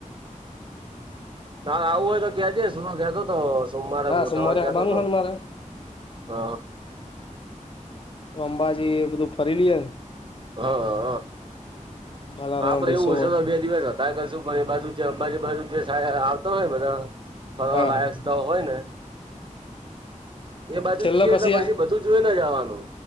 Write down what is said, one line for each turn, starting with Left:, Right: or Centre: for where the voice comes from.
Right: તારે આવું હોય તો કે જે શું તો કેતો હતો સોમવારે
Left: ના
Right: ગોઠવવાનું
Left: સોમવારે
Right: કેતો
Left: આવવાનું
Right: હતો.
Left: હ ને મારે
Right: હ હ
Left: તો અંબાજી એ બધું ફરી લઈએ ને
Right: હા
Left: બાલારામ
Right: આપડે
Left: રિસોર્ટ
Right: એવું હશે તો બે દિવસ હતા કરશું પણ એ બાજુંજુ બાજુ આવતો હોય ને બધા ફરવા
Left: હા
Right: લાયક
Left: હા
Right: તો હોય ને એ બાજુ
Left: છેલ્લા
Right: જઈએ એટલે પછી
Left: આ
Right: બધું જોુઈ ને જવાનું